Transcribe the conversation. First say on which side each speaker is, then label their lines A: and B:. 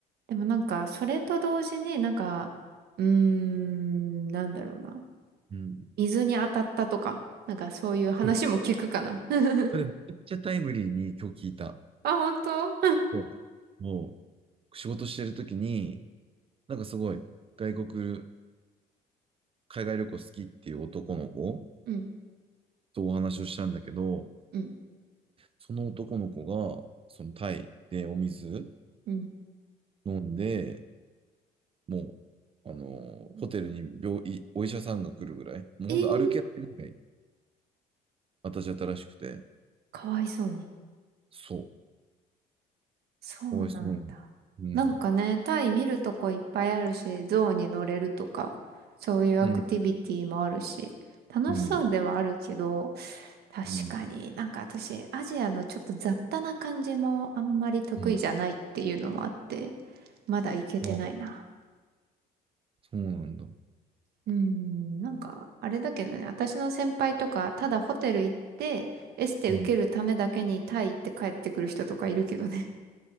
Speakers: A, on the right; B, on the right.
A: でもなんか、それと同時になんか、うーん、なんだろうな。
B: うん。
A: 水に当たったとか、なんかそういう話も聞くかな。
B: そう。
A: <laughs>
B: それめちゃくちゃタイムリーに今日聞いた。
A: あ、本当？
B: うんもう仕事してる時に、なんかすごい外国、海外旅行好きっていう男の子
A: <laughs> うん
B: とお話をしたんだけど、
A: うん、
B: その男の子が、そのタイでお水
A: うん。
B: 飲んで、もう、あの、ホテルに病院、お医者さんが来るぐらい、もうほんと歩けないぐらい
A: えー、
B: 私新しくて、
A: かわいそうに。
B: そう。
A: そうなんだ。
B: かわいそうに。うん。
A: なんかね、タイ見るとこいっぱいあるし、象に乗れるとか、そういうアクティビティもあるし、
B: うん。
A: 楽しそうではあるけど、
B: うん。
A: 確かになんか私、
B: うん。
A: アジアのちょっと雑多な感じもあんまり得意じゃないっていうのもあって、
B: うん。
A: まだ行けてないな。
B: ああ、そうなんだ。
A: うーん、なんか、あれだけどね、私の先輩とか、ただホテル行って、エステ受けるためだけにタイ行って帰ってくる人とかいるけどね。
B: うん。